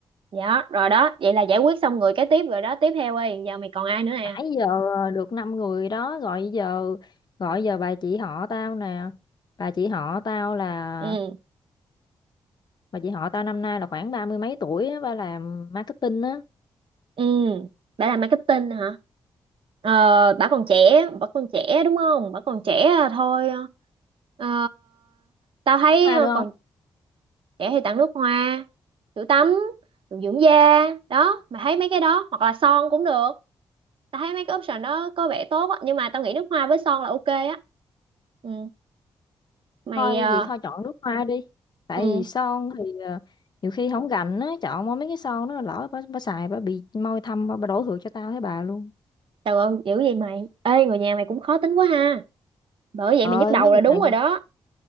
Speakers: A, on the right; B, on the left.
A: dạ rồi đó vậy là giải quyết xong người cái tiếp rồi đó tiếp theo ơi giờ mày còn ai nữa nè
B: nãy giờ được năm người đó gọi giờ gọi giờ bà chị họ tao nè bà chị họ tao là
A: ừ
B: bà chị họ tao năm nay là khoảng ba mươi mấy tuổi á ba làm marketing á
A: Ừ, bà làm marketing hả? Ờ, bà còn trẻ, bà còn trẻ đúng không? Bà còn trẻ à, thôi. Ờ, tao thấy
B: Biết ma
A: ờ,
B: được
A: còn trẻ thì tặng nước hoa, sữa tắm, đồ dưỡng da, đó, mày thấy mấy cái đó hoặc là son cũng được. Tao thấy mấy cái option đó có vẻ tốt á, nhưng mà tao nghĩ nước hoa với son là ok á. Ừ, mày
B: thôi
A: ờ,
B: vậy thôi chọn nước hoa đi tại
A: ừ,
B: vì son thì ờ, nhiều khi không gành á chọn mua mấy cái son nó lỡ bà, bà xài bà bị môi thâm bà, bà đổ thừa cho tao thấy bà luôn
A: trời ơi, dữ vậy mày. Ê, người nhà mày cũng khó tính quá ha. Bởi vậy
B: Trời
A: mày nhức
B: ơi
A: đầu
B: mấy người
A: là đúng
B: này
A: rồi đó.